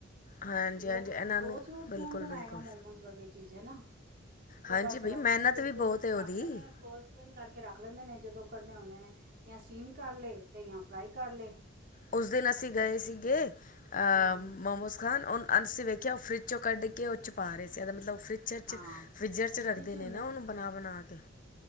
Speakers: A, on the left; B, on the right.
A: ਹਾਂਜੀ
B: ਲੋਕ
A: ਹਾਂਜੀ ਇਹਨਾਂ
B: ਰੋਜ-ਰੋਜ
A: ਨੂੰ ਬਿਲਕੁਲ
B: ਕੌਨ ਬਨਾਏਗਾ
A: ਬਿਲਕੁਲ
B: ਮੋਮੋਜ਼ ਵਰਗੇ ਚੀਜ ਐਨਾ। ਓ
A: ਹਾਂਜੀ
B: ਬਾੱਸ ਰ
A: ਬਈ ਮਿਹਨਤ
B: ਓ
A: ਵੀ ਬਹੁਤ ਹੈ
B: ਰੱਖ
A: ਉਹਦੀ
B: ਲੈਂਦੇ ਨੇ ਫਰੋਜ਼ ਜਨ ਕਾਰਕੇ ਰੱਖ ਲੈਂਦੇ ਨੇ ਜਦੋ ਕੱਢਨੇ ਓਂਦੇ ਨੇ ਯਾ ਸਟੀਮ ਕਾਰ ਲੇ ਤੇ ਯਾ ਫਰਾਈ ਕਾਰ ਲੇ।
A: ਉਸ ਦਿਨ ਅਸੀ ਗਏ ਸੀਗੇ ਅ
B: ਹੂੰ ਹੂੰ
A: ਮੋਮੋਸ ਖਾਨ ਓਨ ਅਸੀ ਵੇਖਯਾ ਓ ਫਰਿੱਜ ਚੋ ਕੱਢ ਕੇ ਓਚ ਪਾ ਰੇ ਸੀ ਐਦਾ ਮਤਲਬ ਓ ਫਰਿੱਜਰ ਚ
B: ਹਾਂ
A: ਫਿਜੱਰ ਚ
B: ਫਰਿੱਜ
A: ਰੱਖਦੇ
B: ਹੀ
A: ਨੇ ਨਾ ਓਨੂੰ ਬਨਾ-ਬਨਾ ਕੇ।